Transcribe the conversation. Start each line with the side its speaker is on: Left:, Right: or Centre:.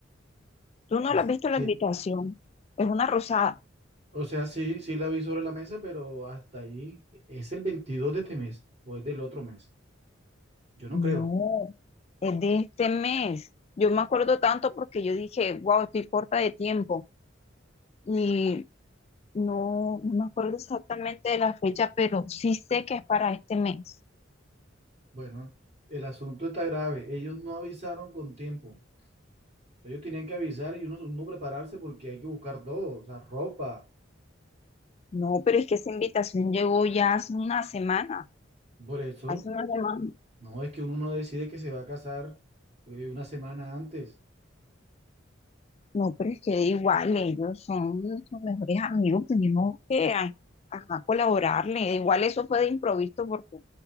Left: ¿Tú no
Right: O sea,
Left: la has visto la
Right: sí,
Left: invitación? Es una rosada.
Right: o sea, sí, sí la vi sobre la mesa, pero hasta ahí es el 22 de este mes o es del otro mes. Yo no
Left: No,
Right: creo.
Left: es de este mes. Yo me acuerdo tanto porque yo dije, wow, estoy corta de tiempo. Y no, no me acuerdo exactamente de la fecha, pero sí sé que es para este mes.
Right: Bueno, el asunto está grave. Ellos no avisaron con tiempo. Ellos tenían que avisar y uno, uno prepararse porque hay que buscar todo, o sea, ropa.
Left: No, pero es que esa invitación llegó ya hace una semana,
Right: Por eso,
Left: hace una semana.
Right: no es que uno no decide que se va a casar eh, una semana antes.
Left: No, pero es que igual ellos son nuestros mejores amigos, tenemos que a- ajá, colaborarle. Igual eso fue de improviso porque